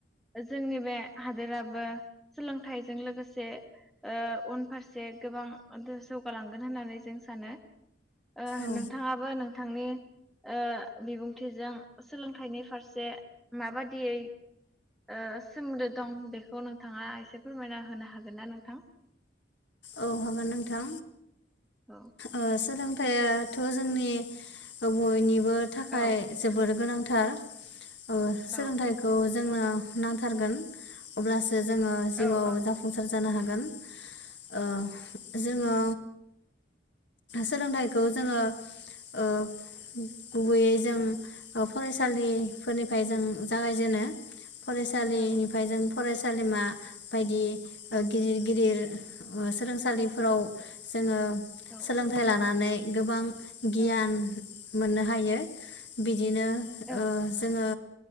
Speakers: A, in the centre; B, on the left.
A: जोंनि बे हादोराबो सोलोंथाइजों लोगोसे से ओ उनफारसे गोबां जौगालांगोन होननानै जों सानो ओ
B: औ
A: नोंथाङाबो नोंथांनि ओ बिबुंथिजों सोलोंथाइनि फारसे माबादियै ओ सोमोन्दो दं बेखौ नोंथाङा एसे फोरमायना होनो हाग हागोन ना नोंथां?
B: औ हागोन नोंथां
A: औ
B: ओ सोलों थाइयाथ' जोंनि बयनिब बो थाखाय
A: औ
B: जोबोर गोनांथार। ओ
A: औ
B: सोलोंथाइखौ जोंनो नांथारगोन अब्लास जोङो जिउआव
A: औ औ
B: जाफुंसार जानो हागो गोन ओ जोङो सोलोंथाइ खौ जोङो ओ गुबैयै जों फरायसालि फोरनिफ्राय जों जागायजेनो फरायसालिनिफ्राय
A: औ
B: जों फरायस सालिमा बायदि गिदिर
A: औ
B: गिदिर ओ सोलोंसालिफोराव जोङो
A: औ
B: सोलोंथाइ लानानै गोबां गियान
A: औ
B: मोननो हायो बिदिनो
A: औ
B: ओ जोङो